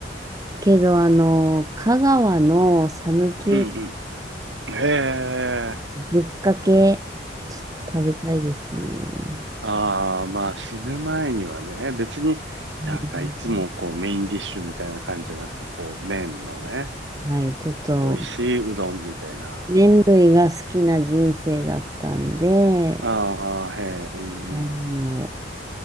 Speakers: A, on the right (about 20°); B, on the right (about 80°).
A: けど、あの、香川の讃岐うどん、
B: うんうん。へえ。
A: ぶっかけ、ちょっと食べたいですね。
B: ああ、まあ死ぬ前にはね、別になんかいつもこうメインディッシュみたいな感じじゃなくて、
A: うん
B: こう麺のね、
A: はい、ちょっと
B: 美味しいうどんみたいな。
A: 麺類が好きな人生だったんで、
B: ああ、へえ、うんうん。
A: 麺を